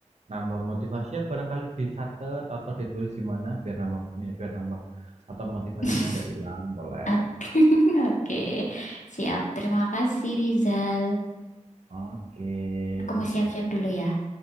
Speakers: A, on the right; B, on the left.
A: nambah motivasi ya barangkali dicatat atau ditulis di mana biar nambah ya, biar nambah atau motivasinya
B: <laughs>
A: nggak hilang boleh.
B: Oke, <laughs> oke. Siap. Terima kasih, Rizal.
A: Oke,
B: Aku mau
A: udah.
B: siap-siap dulu ya.